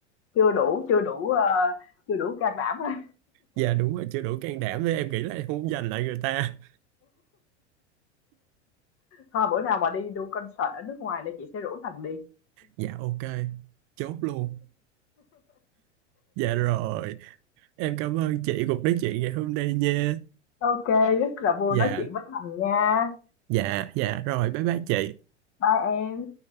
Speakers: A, on the left; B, on the right.
A: chưa đủ chưa đủ ờ, chưa đủ can đảm thôi
B: dạ đúng rồi chưa đủ can đảm với em nghĩ là em không giành lại người ta
A: thôi bữa nào mà đi đu concert ở nước ngoài thì chị sẽ rủ Thành đi
B: Dạ ok, chốt luôn. Dạ rồi, em cảm ơn chị cuộc nói chuyện ngày hôm nay nha.
A: ok rất là vui
B: Dạ,
A: nói chuyện với Thành nha
B: dạ, dạ rồi, bye bye chị.
A: bye em